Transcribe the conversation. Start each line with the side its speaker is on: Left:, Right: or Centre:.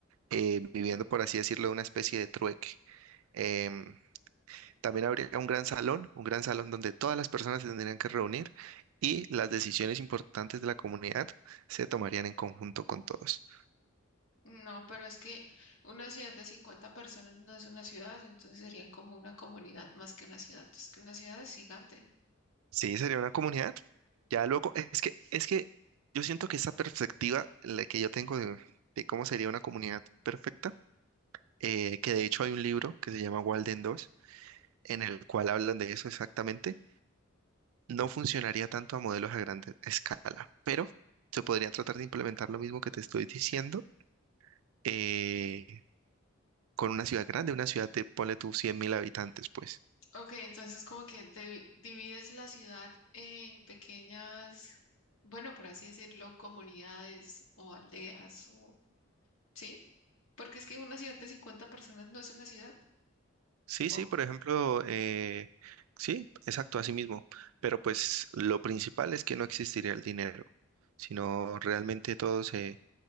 Right: eh, viviendo por así decirlo una especie de trueque. Em, también habría un gran salón, un gran salón donde todas las personas se tendrían que reunir y las decisiones importantes de la comunidad se tomarían en conjunto con todos.
Left: No, pero es que una ciudad de 50 personas no es una ciudad, entonces sería como una comunidad más que una ciudad. Es que una ciudad es gigante.
Right: Sí, sería una comunidad. Ya luego, es que, es que yo siento que esa perspectiva la que yo tengo de, de cómo sería una comunidad perfecta, eh, que de hecho hay un libro que se llama Walden dos, en el cual hablan de eso exactamente, no funcionaría tanto a modelos a gran escala, pero se podría tratar de implementar lo mismo que te estoy diciendo eh, con una ciudad grande, una ciudad de, ponle tú, 100.000 habitantes, pues.
Left: Ok, entonces como que de- divides la ciudad en pequeñas, bueno, por así decirlo, comunidades o aldeas o, ¿sí? Porque es que una ciudad de 50 personas no es una ciudad.
Right: Sí,
Left: Oh,
Right: sí, por ejemplo, eh, sí, exacto, así mismo. Pero pues lo principal es que no existiría el dinero, sino realmente todo se-